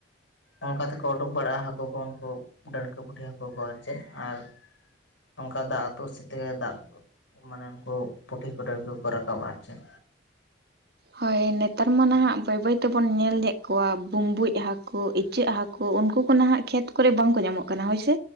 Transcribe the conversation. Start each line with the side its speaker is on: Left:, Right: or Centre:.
Left: ᱚᱱᱠᱟ ᱛᱮᱠᱚ ᱩᱰᱩᱠ ᱵᱟᱲᱟᱜᱼᱟ ᱦᱟᱹᱠᱩ ᱠᱚ ᱩᱱᱠᱩ ᱰᱟᱹᱲᱠᱟ ᱯᱩᱴᱷᱤ ᱦᱟᱹᱠᱩ ᱠᱚ ᱟᱨ ᱪᱮᱫ ᱟᱨ ᱚᱝᱠᱟ ᱫᱟᱜ ᱟᱹᱛᱩ ᱥᱮᱛᱮᱜ ᱜᱮ ᱫᱟᱜ ᱢᱟᱱᱮ ᱩᱱᱠᱩ ᱯᱩᱴᱷᱤ ᱠᱚᱴᱲ ᱠᱚᱠᱚ ᱨᱟᱠᱟᱵᱟ ᱟᱨ ᱪᱮᱫ
Right: ᱦᱳᱭ ᱱᱮᱛᱟᱨ ᱢᱟ ᱱᱟᱦᱟᱜ ᱵᱟᱹᱭ ᱵᱟᱹᱭ ᱛᱮᱵᱚᱱ ᱧᱮᱞ ᱞᱮᱫ ᱠᱚᱣᱟ ᱵᱩᱢᱵᱩᱡ ᱦᱟᱹᱠ ᱤᱪᱟᱹᱜ ᱦᱟᱹᱠᱳ ᱩᱱᱠᱩ ᱠᱚ ᱱᱟᱦᱟᱜ ᱠᱷᱮᱛ ᱠᱚᱨᱮ ᱵᱟᱝᱠᱚ ᱧᱟᱢᱚᱜ ᱠᱟᱱᱟ ᱦᱳᱭᱥᱮ?